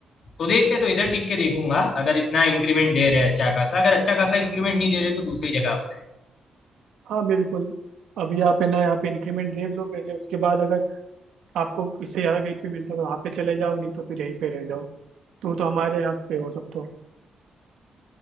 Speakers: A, on the left; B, on the right.
A: तो देखते तो इधर टिक के देखूंगा अगर इतना इंक्रीमेंट दे रहे हैं अच्छा खासा अगर अच्छा खासा इंक्रीमेंट नहीं दे रहे तो दूसरी जगह अप्लाई
B: हाँ बिल्कुल अभी आप है ना यहाँ पे इंक्रीमेंट देख लो पहले उसके बाद अगर आपको इससे ज़्यादा कहीं पे मिल सके वहाँ पे चले जाओ नहीं तो फिर यहीं पे रह जाओ तो तो हमारे यहाँ पे हो सब तो